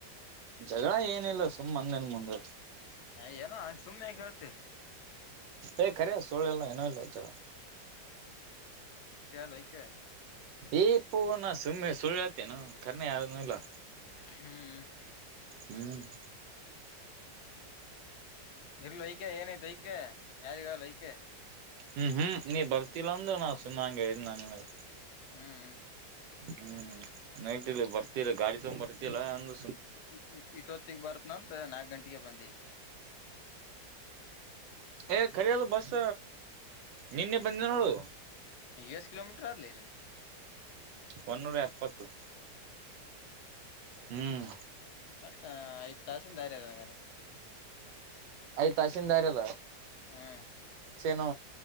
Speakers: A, on the right; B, on the left.
A: ಜಗಳ ಏನಿಲ್ಲ ಸುಮ್ಮ್ ಮಂದನ್ ಮುಂದ
B: ಹ ಯನು ಆ ಸುಮನೆ ಕಳ್ತೆ
A: ಏ ಕರ ಸೋಳೆಲ್ಲ ಏನೋ ಇಲ್ಲ ಚಳ
B: ಲೈಕ
A: ಏ್ಪ್ಪೋ ನಾ ಸುಮ್ಮ್ ಸುಳ್ಳಳ್ತೇನು ಕರ್ಣ ಯಾರ ಇಲ್ಲ
B: ಹ್ಮ್
A: ಹ್ಮ್
B: ಇರ್ಲಐಕೆ ಏನೈತ ಐಕೆ ಯಾರಿಗಾರಐಕೆ
A: ಹ್ಮ್ ಹ್ಮ್ ನೀ ಬರ್ತಿಲ್ಲಾಂದ್ರ ನಾ್ ಸುನ್ನಾಂಗಗೆ ಹೇಳ್ದ್ ನ ನಿನಗೆ
B: ಹ್ಮ್
A: ಹ್ಮ್ ನೈಟ್ ಇಲ್ಲಿ ಬರ್ತೀರ ಗಾಡಿ ತಂಬ್ ಬರ್ತಲ್ಲ ಅಂದ
B: ಈ ಇಟ್ಟ ಹೊತ್ತಗ್ ಬಾರತ್ನಂತ ನಾಕ್ ಗಂಟೆಗೆ ಬಂದಿ
A: ಏ ಖರಿಯದು ಬಸ್ ನಿನ್ನೆ ಬಂದ್ನ ನೋಡು
B: ಎಸ್ ಕಿಲೋಮೀಟರ್ ಅಲ್ಲೇಳಿನಿ
A: ಒನ್ನೂರ ಎಪ್ಪತ್ತು ಹ್ಮ್
B: ಆತ್ತ ತಾಸಿಂದಿಂದಯರಗಾರೆ
A: ಯ್ ತಸೀಂದದಾರ ಇವ
B: ಹ್ಮ್
A: ನು